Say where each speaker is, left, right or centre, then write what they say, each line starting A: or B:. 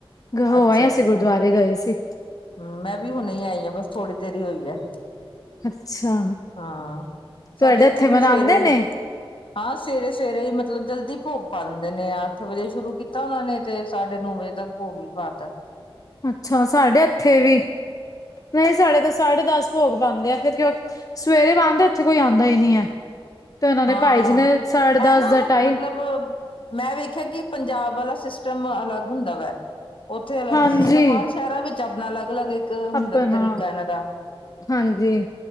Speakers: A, on the left; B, on the left.
A: ਨੂੰ। ਹੋ
B: ਅੱਛਾ
A: ਆਏ ਅਸੀਂ,
B: ਅੱਛਾ
A: ਗੁਰਦੁਆਰੇ ਗਏ ਸੀ।
B: ਹਮ, ਮੈਂ ਵੀ ਹੁਣੇ ਆਈ ਹ ਆ, ਬਸ ਥੋੜ੍ਹੀ ਦੇਰ ਹੀ ਹੋਈ ਹੈ।
A: ਅੱਛਾ।
B: ਹਾਂ,
A: ਤੁਹਾਡੇ
B: ਸਾਡੇ ਇੱਥੇ ਵੀ
A: ਮਨਾਂਦੇ
B: ਸਵੇਰੇ
A: ਨੇ?
B: ਹਾਂ ਸਵੇਰੇ-ਸਵੇਰੇ ਹੀ ਮਤਲਬ, ਜਲਦੀ ਭੋਗ ਪਾ ਦਿੰਦੇ ਨੇ ਅੱਠ ਵਜੇ ਸ਼ੁਰੂ ਕੀਤਾ, ਉਹਨਾਂ ਨੇ ਤੇ, ਸਾਡੇ ਨੌ ਵਜੇ ਤੱਕ ਭੋਗ ਵੀ ਪਾ ਤਾ।
A: ਅੱਛਾ ਸਾਡੇ ਇੱਥੇ ਵੀ, ਨਹੀਂ ਸਾਡੇ ਤਾਂ ਸਾਢੇ ਦਸ ਭੋਗ ਪਾਂਦੇ ਆ। ਫਿਰ ਕਿਉਂਕ ਸਵੇਰੇ ਬੰਦ ਐ, ਏਥੇ ਕੋਈ ਆਂਦਾ ਈ ਨੀਂ ਐ। ਤੇ ਉਹਨਾਂ
B: ਹਾਂ,
A: ਦੇ ਭਾਈ ਜੀ ਨੇ ਸਾਢੇ
B: ਐ
A: ਦਸ
B: ਨਾ
A: ਦਾ ਟਾਈਮ
B: ਮਤਲਬ ਮੈਂ ਵੇਖਿਆ ਕਿ, ਪੰਜਾਬ ਵਾਲਾ ਸਿਸਟਮ ਅਲੱਗ ਹੁੰਦਾ ਵੈ। ਔਥੇ ਅਲੱਗ
A: ਹਾਂਜੀ
B: ਸਿਸਟਮ, ਹਰ ਸ਼ਹਿਰਾਂ ਵਿੱਚ ਆਪਣਾ ਅਲੱਗ-ਅਲੱਗ, ਇੱਕ ਹੁੰਦਾ
A: ਆਪਣਾ
B: ਤਰੀਕਾ ਏਨਾਂ ਦਾ।
A: ਹਾਂਜੀ